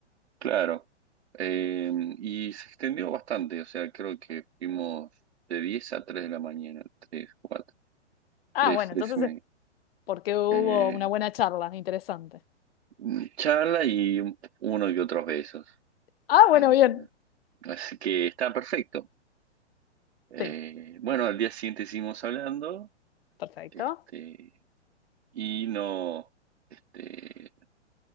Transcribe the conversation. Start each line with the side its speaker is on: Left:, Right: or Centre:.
Right: Claro, Eh, y se extendió bastante, o sea, creo que fuimos de 10 a 3 de la mañana, 3, 4,
Left: Ah,
Right: 3,
Left: bueno,
Right: 3
Left: entonces
Right: y media.
Left: es porque hubo
Right: Eh,
Left: una buena charla, interesante.
Right: mm, charla y un- uno y otros besos.
Left: Ah, bueno,
Right: Eh,
Left: bien.
Right: así que está perfecto. Eh,
Left: Sí,
Right: bueno, al día siguiente seguimos hablando,
Left: perfecto.
Right: este, y no, este,